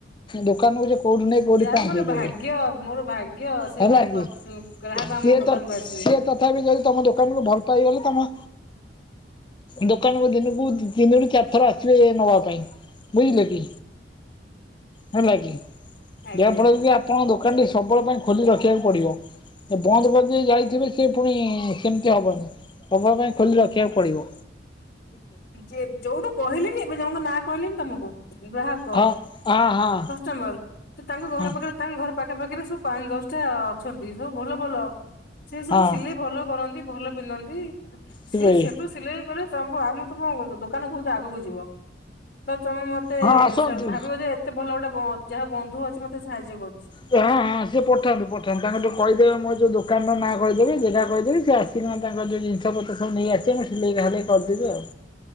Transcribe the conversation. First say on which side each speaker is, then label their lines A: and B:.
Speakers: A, on the left; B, on the left.
A: ଦୋକାନକୁ କୋଉଠୁ ନେଇ କୋଉଠି
B: ଯାହା
A: ପହଞ୍ଚେଇ
B: ମୋର ଭାଗ୍ୟ
A: ଦେବେ
B: ମୋର ଭାଗ୍ୟ ସେ
A: ହେଲା
B: ଭଳି
A: କି
B: କ ଗ୍ରାହକ
A: ସିଏ
B: ଆମ ଦୋକାନକୁୁ
A: ତ
B: ଆସିବେ।
A: ସିଏ ତଥାପି ଯଦି ତମ ଦୋକାନରୁ ଭଲ ପାଇଗଲେ ତମ ଦୋକାନକୁ ଦିନକୁ ତିନରୁ ଚାରି ଥର ଆସିବେ ନବା ପାଇଁ ବୁଝିଲେ କି ହେଲା କିି
B: ଆଜ୍ଞା
A: ଯାହାଫଳରେ କି ଆପଣଙ୍କ ଦୋକାନ ଟି ସବୁବେଳେ ପାଇଁ ଖୋଲି ରଖିବାକୁ ପଡିବ ଏ ବନ୍ଦ କରିଦେଇ ଯାଇଥିବେ ପୁଣି ସେମିତି ହବନି ହବା ପାଇଁ ଖୋଲି ରଖିବାକୁ ପଡିବ
B: ଯେ ଯୋଉଠୁ କହିଲେ ବି ଏବେ ଜଣଙ୍କ ନାଁ କହିଲେ ବି ତମକୁ ହଁ ଗ୍ରାହକ
A: ହଁ ହଁ ହଁ।
B: କଷ୍ଟମ୍ୱର ତ ତାଙ୍କ ଘର
A: ହଁ
B: ପାଖରେ ତାଙ୍କ ଘର ପାଖା ପାଖିରେ ସବୁ ପାଞ୍ଚ ଦଶଟା ଅଛନ୍ତି ସବୁ ଭଲ ଭଲ ସେ ସବୁ
A: ହଁ
B: ସିଲେଇ ଭଲ କର ରି ଭଲ ପିିନ୍ଧନ୍ତି।
A: ସେଇ
B: ସିଏ ସେଠୁ ସିଲେଇ କରି <inaudible> କଣ କହୁଚ ଦୋକାନ ବହୁତ ଆଗକୁ ଯିବ ତ ତମେ ମତେ
A: ହଁ ଆସନ୍ତୁ।
B: ସେ ଭାବିବ ଯେ ଏତେ ଭଲ ଗୋଟେ ବ ଯାହା ବନ୍ଧୁ ଅଛି ମତେ ସାହାଯ୍ୟ କରୁ
A: ହଁ ହଁ ସିଏ ପଠାନ୍ତୁ ପଠାନ୍ତୁ ତାଙ୍କଠୁ କହିଦେବେ ମୋର ଯୋଉ ଦୋ ଦୋକାନର ନାଁ କହିଦେବି ଯେଯା କହିଦେବି ସେ ଆସିକିନା ତାଙ୍କର ଯୋଉ ଜିନିଷ ପତ୍ର ସବୁ ନେଇ ଆସିବେ ମୁଁ ସିଲେଇ ଭାଲେଇ କରିଦେବି ଆଉ